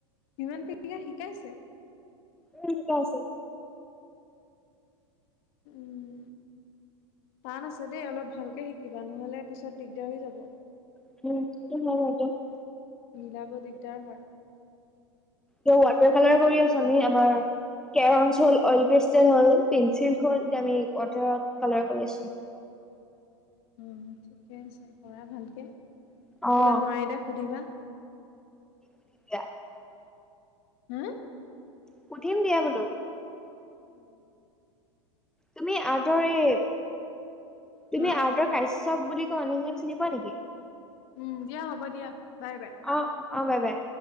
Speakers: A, on the left (about 50°); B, in the centre.
A: ইমান পি, শিকাইচে
B: এই ঠিকে আছে।
A: উম, টান আছে দেই, অলপ ভালকে শিকিবা নহ'লে পিছত দিগদাৰ হৈ যাব।
B: <unintelligible>
A: মিলাব দিগদাৰ হয়।
B: অ, ৱাটাৰ কালাৰ কৰি আছা নে আমাৰ কেৰনচ হ'ল, অইল কিষ্টেল হ'ল, পেঞ্চিল হ'ল, এতিয়া আমি ৱাটাৰত কালাৰ কৰিছো।
A: উম, ঠিকে আছে, কৰা ভালকে কিবা
B: আছো অ
A: নোৱাৰিলে সুধিবা।
B: <inaudible>
A: হু?
B: সুধিম দিয়া বোলো।
A: উম।
B: তুমি আৰ্টৰ এই, তুমি
A: হা
B: আৰ্টৰ কাশ্যপ বুলি কোৱা মানুহজনক চিনি পোৱা নেকি?
A: উম, দিয়া হ'ব দিয়া, বাই বাই।
B: অ', অ' বাই বাই।